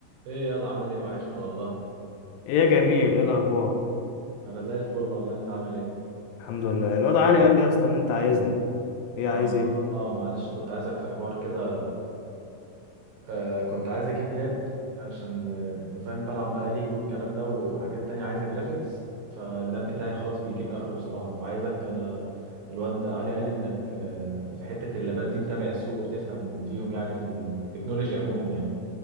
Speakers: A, on the right; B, on the left.
A: ايه يا ده، عامل ايه وحشني والله
B: ايه يا جميل ايه الاخبار
A: انا زي الفل والله انت عامل ايه
B: الحمد لله الواد علي قال لي اصلا ان انت عايزني ايه عايز
A: ما
B: ايه
A: اه معلش كنت عايزك في حوار كده آه كنت عايز اجيب لاب عشان آه انت فاهم بلعب بقى ليج والكلام ده وحاجات تانية عايزة جرافيكس فاللاب بتاعي خلاص بيجيب اخره بصراحة فعايزك انا الواد ده علي قال لي انك آه في حتة اللابات دي متابع السوق وبتفهم فيهم يعني في التكنولوجيا عموما يعني